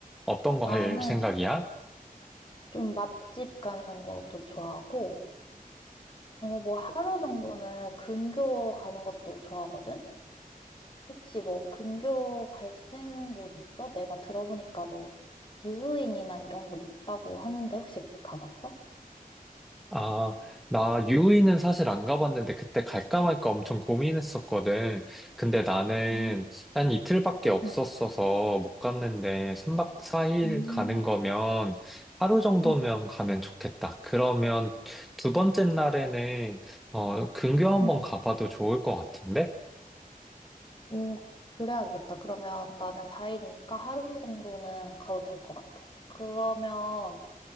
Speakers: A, in the centre; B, on the left (about 35°).
A: 어떤 거
B: 나는
A: 할 생각이야?
B: 좀 맛집 가는 것도 좋아하고, 어, 뭐 하루 정도는 근교 가는 것도 좋아하거든? 혹시 뭐 근교 갈 수 있는 곳 있어? 내가 들어보니까 뭐 유후인이나 이런 곳 있다고 하는데 혹시 가봤어?
A: 아, 나 유이는 사실 안 가봤는데 그때 갈까 말까 엄청
B: 어,
A: 고민했었거든. 근데 나는
B: 아,
A: 한 이틀밖에 없었어서
B: 응,
A: 못 갔는데 3박 4일
B: 음,
A: 가는 거면 하루 정도면
B: 응,
A: 가면 좋겠다. 그러면 두 번째 날에는 어, 근교 한번
B: 응.
A: 가봐도 좋을 것 같은데?
B: 오, 그래야겠다. 그러면 나는 4일이니까 하루 정도는 가도 될 것 같아. 그러면